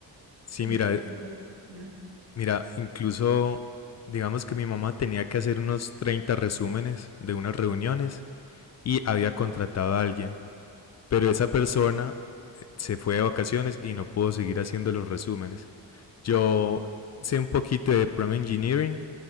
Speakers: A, on the left; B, on the right.
A: sí,
B: Entiendo
A: mira,
B: tu preocupación.
A: mira, incluso digamos que mi mamá tenía que hacer unos 30 resúmenes de unas reuniones y había contratado a alguien, pero esa persona eh, se fue de vacaciones y no pudo seguir haciendo los resúmenes. Yo sé un poquito de prompt engineering